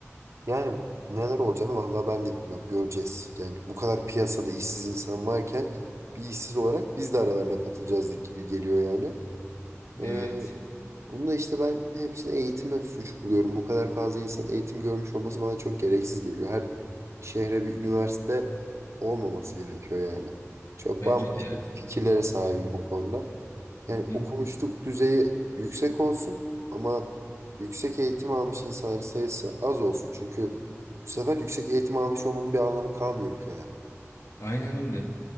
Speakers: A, on the right; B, on the left.
A: Yani neler olacağını vallahi ben de bilmiyorum. Göreceğiz. Yani bu kadar piyasada işsiz insan varken bir işsiz olarak biz de aralarına katılacağız gibi geliyor yani. Ee,
B: Evet.
A: Bunu da işte ben hepsini eğitime suç buluyorum. Bu kadar fazla insan eğitim görmüş olması bana çok gereksiz geliyor. Her şehre bir üniversite olmaması gerekiyor yani. Çok
B: Bence
A: bambaşka
B: de yani.
A: fikirlere sahibim bu konuda. Yani
B: Hı hı.
A: okumuşluk düzeyi yüksek olsun ama yüksek eğitim almış insanların sayısı az olsun. Çünkü bu sefer yüksek eğitim almış olmanın bir anlamı kalmıyor ülkede.
B: Aynen öyle.